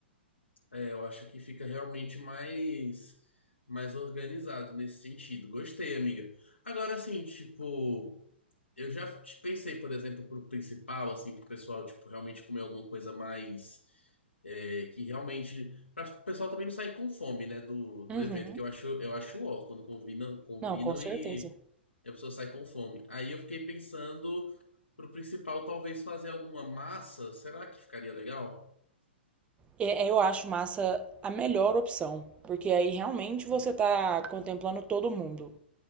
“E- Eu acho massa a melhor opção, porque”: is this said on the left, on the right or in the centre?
Right